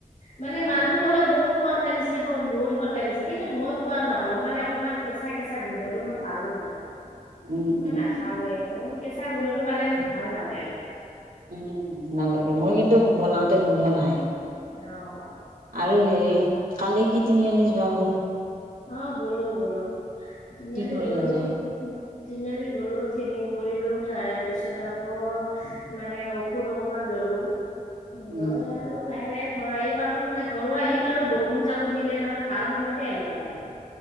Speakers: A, on the left; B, on the right.
A: মানে মানুহটোই ক'লে বহুত সোৱাদ লাগিছে সদ বহুত সোৱাদ লাগিছে কিন্তু মই সোৱাদ নাপালো মানে অকমান কেঁচা কেঁচা গোন্ধটো মই পালো মানে।
B: উম,
A: মই
B: উম,
A: নাখালোয়ে মই মানে কেঁচা গোন্ধটো পালে মোৰ ভাল নালাগে।
B: উম, নালাগে মই কিন্তু বনাওঁতে গোন্ধ নাই।
A: অ'।
B: আৰু হেৰি কালি কি তিনিআলি যোৱা হ'ল। কি
A: অ', গ'লো গ'লো তিনিআলি
B: কৰিলা যায়?
A: <unintelligible> তিনিআলি গ'লো থ্ৰেডিং কৰিলোঁ তাৰপিছত আকৌ মানে ঔষধ অকণমান ল'লোঁ।
B: উম,
A: লৈ আৰু লাহে লাহে ঘৰ আহি পালো মানে ঘৰো আহি পালো বৰষুণ জাকো দিলে নহয় ভাল সময়তে আহি পালো আৰু,